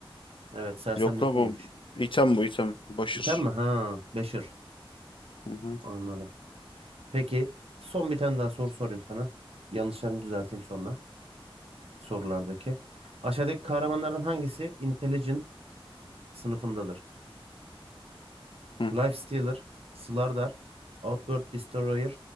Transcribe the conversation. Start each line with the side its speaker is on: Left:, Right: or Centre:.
Right: Evet, sersemletmeymiş.
Left: Yok la bu. item bu item. Başır.
Right: İtem mi? Ha, Beşir.
Left: Hı hı.
Right: Anladım. Peki son bir tane daha soru sorayım sana. Yanlışlarımı düzelteyim sonra. sorulardaki. Aşağıdaki kahramanlardan hangisi Intelligent sınıfındadır?
Left: Hı.
Right: Lifestealer, Slardar, Outward Destroyer,